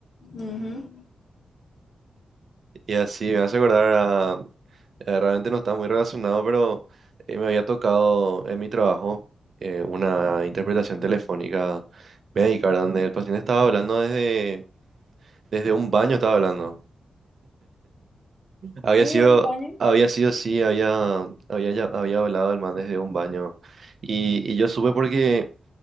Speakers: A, on the left; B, on the right.
A: Ujú.
B: Y así me hace acordar Eh, realmente no está muy relacionado, pero eh, me había tocado en mi trabajo eh, una interpretación telefónica médica, ¿verdad? Donde el paciente estaba hablando desde, desde un baño, estaba hablando. Había
A: Desde
B: sido,
A: un baño,
B: había sido, sí, había, había, ya- había hablado el man desde un baño. Y, y yo supe porque